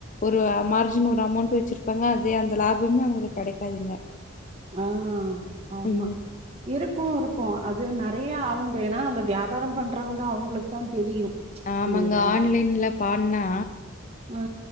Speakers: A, on the left; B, on the right.
A: ஒரு மார்ஜின் ஒரு அமௌண்ட் வெச்சிருப்பாங்க. அதே அந்த லாபமே அவங்களுக்கு கெடைக்காதுங்க.
B: ஆ ஆமா
A: ம்.
B: இருக்கு இரு கோ அது நறையா அவங்க ஏனா அந்த வியாபாரொ பண்றவங்க அவுங்களுக்கு தா தெரியு.
A: ஆமாங்க
B: இல்லையா
A: ஆன்லைன்ல பாட்னா
B: ஆ